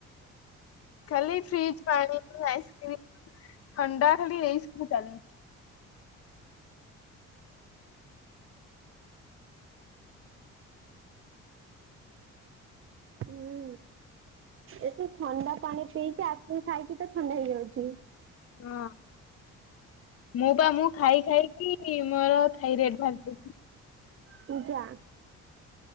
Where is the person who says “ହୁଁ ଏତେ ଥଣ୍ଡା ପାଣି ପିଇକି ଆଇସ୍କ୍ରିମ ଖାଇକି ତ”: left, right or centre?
Right